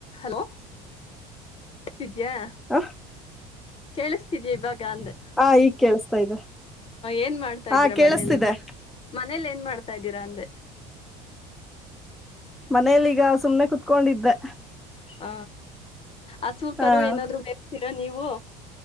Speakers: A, on the left (about 35°); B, in the centre.
A: ಹಲೋ ಸಿದ್ಯಾ
B: ಹ
A: ಕೇಳಿಸ್ತಿದೆ ಇವಾಗ್ ಗಾ ಅಂದೆ
B: ಹಾ ಈಗ್ ಕೇಳಸ್ತಾ ಇದೆ
A: ಏನ್ ಮಾಡ್ತಾ
B: ಹಾ
A: ಇದ್ದೀರಾ
B: ಕೇಳಿಸ್ತಿದೆ
A: ಮನೇಲಿ ಮನೇಲಿ ಏನ್ ಮಾಡ್ತ ತ ಇದಿರಾ ಅಂದೆ
B: ಮನೇಲಿ ಈಗ ಸುಮ್ನೆ ಕೂತ್ಕೊಂಡಿದ್ದೆ
A: ಹ ಅಸುಕರು
B: ಹ
A: ಏನಾದ್ರು ಮೇಯಿಸ್ತೀರಾ ನೀವು